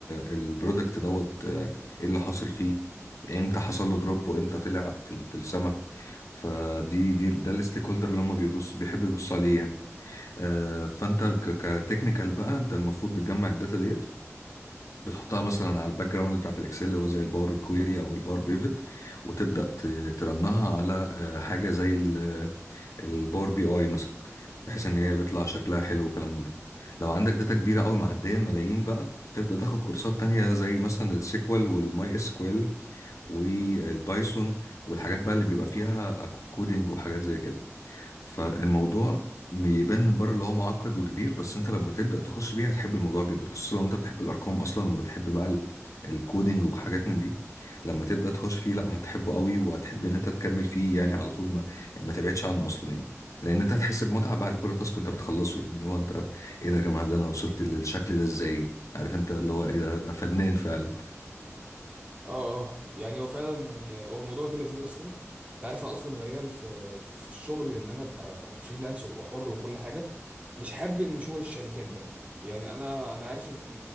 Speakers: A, on the left (about 90°); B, on the right (about 25°).
A: البرودكت دوت آه، ايه اللي حاصل فيه امتى حصل له دروب وامتى طلع في في السما فدي دي ده الستيك هولدر اللي هم بيبصوا بيحبوا يبصوا عليه يعني آه، فانت كتكنيكال بقى انت المفروض بتجمع الداتا ديت بتحطها مثلا على الباك جراوند بتاعت الاكسل اللي هو زي الباور كويري او الباور بيفت وتبدا ت- ترنها على آه، حاجه زي ال- الباور بي اي مثلا بحيث ان هي بيطلع شكلها حلو وكلام من ده لو عندك داتا كبيره قوي معديه ملايين بقى تبدا تاخد كورسات تانية زي مثلا السيكوال والماي اس كوال والبايثون والحاجات بقى اللي بيبقى فيها كودنج وحاجات زي كده فالموضوع م- يبان من بره اللي هو معقد وكبير بس انت لما تبدأ تخش بيه هتحب الموضوع جدا خصوصا لو انت بتحب الارقام اصلا وبتحب بقى ال- الكودينج وحاجات من دي لما تبدأ تخش فيه لا هتحبه قوي وهتحب ان انت تكمل فيه يعني على طول ما يعني ما تبعدش عنه اصلا يعني لان انت هتحس بمتعة بعد كل تاسك انت بتخلصه يعني اللي هو انت ايه ده يا جماعة ده انا وصلت للشكل ده ازاي عارف انت اللي هو ايه ده ده فنان فعلا
B: اه اه يعني هو فعلا يعني هو الموضوع ده لذيذ اصلا انت عارف انا اصلا ميال في في الشغل ان انا ابقى فريلانس وابقى حر وكل حاجه مش حابب ان شغل الشركات ده يعني انا انا عارف ان